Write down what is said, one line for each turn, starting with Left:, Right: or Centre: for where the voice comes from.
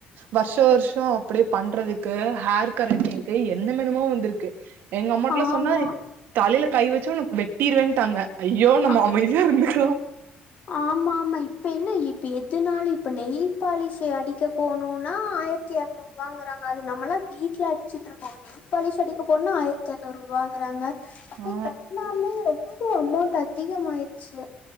Right: வருஷ வருஷோ அப்புடி பண்றதுக்கு ஹேர் கரட்டிங்கு என்னமென்னமோ வந்துருக்கு எங்க அம்மாடலா
Left: ஆமா
Right: சொன்னா தலையில கை வெச்சா உன் வெட்டீருவேன்ட்டாங்க ஐயோ
Left: ஆ
Right: நம்ம அமைதியா இருந்துக்
Left: ஆமா ஆமா இப்ப என்ன இவ் இப்ப எதுனாலு இப்ப நெயில் பாலிஷ் அடிக்க போணுன்னா ஆயிரத்தி இரநூறுவாங்கறாங்க அது நம்மளா வீட்ல அடிச்சிட்டு இருப்போ நெயில் பாலிஷ் அடிக்க போணுன்னா ஆயிரத்தி இரநூறுவாங்கறாங்க அப்டே
Right: ஆ
Left: வெட்னாலே <unintelligible> பொ அமௌண்ட் அதிக் அதிகமாயிருச்சு